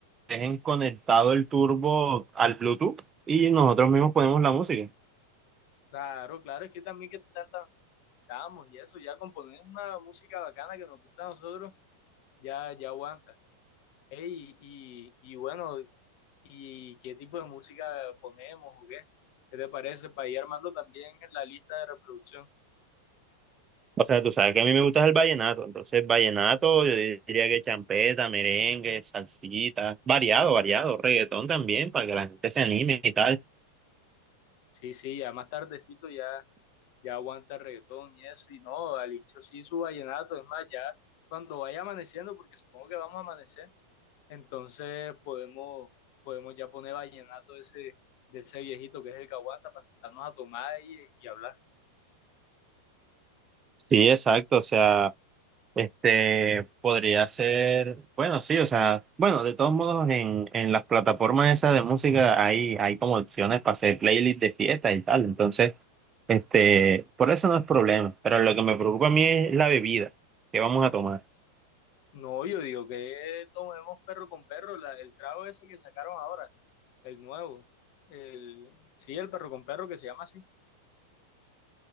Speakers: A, on the right; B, on the left.
A: dejen conectado el turbo al Bluetooth y nosotros mismos ponemos la música.
B: Claro, claro, es que también que tanta damos y eso, ya componer una música bacana que nos gusta a nosotros, ya, ya aguanta. Ey, y, y bueno, ¿y qué tipo de música ponemos o qué? ¿Qué te parece? Para ir armando también en la lista de reproducción.
A: O sea, tú sabes que a mí me gusta el vallenato, entonces vallenato, yo diría que champeta, merengue, salsita, variado, variado, reggaetón también, para que la gente se anime y tal.
B: Sí, sí, ya más tardecito ya ya aguanta reggaetón y eso, y no, al inicio sí su vallenato, es más, ya cuando vaya amaneciendo, porque supongo que vamos a amanecer, entonces podemos, podemos ya poner vallenato de ese, de ese viejito que es el que aguanta para sentarnos a tomar y, y hablar.
A: Sí, exacto, o sea. Este, podría ser, bueno, sí, o sea, bueno, de todos modos en, en las plataformas esas de música hay, hay como opciones para hacer playlists de fiesta y tal, entonces, este, por eso no es problema, pero lo que me preocupa a mí es la bebida que vamos a tomar.
B: No, yo digo que tomemos perro con perro, la- el trago ese que sacaron ahora, el nuevo, el, sí, el perro con perro que se llama así.